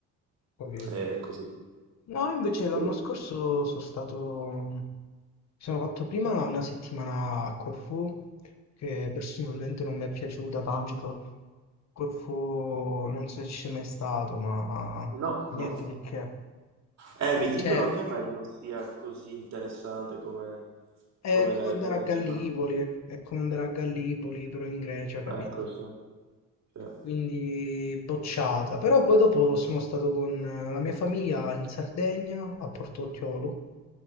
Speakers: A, on the left; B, on the right.
A: Capito.
B: È così.
A: No, invece l'anno
B: Sì.
A: scorso sono stato, mi sono fatto prima una settimana a Corfù, che personalmente non mi è piaciuta tanto. Corfù non so se ci sei mai stato, ma
B: No,
A: niente
B: no.
A: di che.
B: Eh, mi dicono
A: Cioè,
B: anche a me che non sia così interessante come,
A: è
B: come
A: come
B: la,
A: andare
B: come la
A: a Gallipoli,
B: dicono.
A: è come andare a Gallipoli, però in Grecia, capito?
B: Ecco, sì. Cioè,
A: quindi bocciata. Però poi dopo sono stato con eh, la mia famiglia in Sardegna, a Porto Ottiolo,